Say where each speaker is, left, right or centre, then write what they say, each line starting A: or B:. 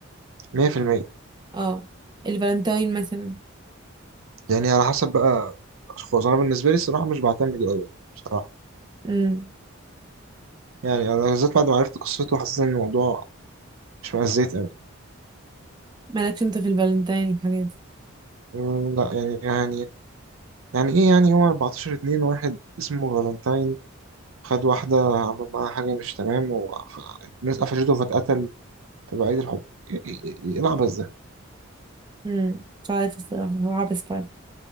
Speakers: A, on the right; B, on the right.
A: 100%
B: اه الفالنتاين مثلا
A: يعني على حسب بقى الأشخاص أنا بالنسبة لي الصراحة مش بعتمد أوي يعني بصراحة
B: امم
A: يعني أنا بالذات بعد ما عرفت قصته حسيت إن الموضوع مش مأزيت أوي
B: مالكش انت في الفالنتاين والحاجات دي
A: لا يعني يعني يعني ايه يعني هو 14 اتنين واحد اسمه فالنتاين خد واحدة عمل معاها حاجة مش تمام والناس قفشته فاتقتل فبقى عيد الحب إيه- إيه- إيه إيه، إيه العبث ده
B: امم مش عارفة الصراحة هو عبس فعلا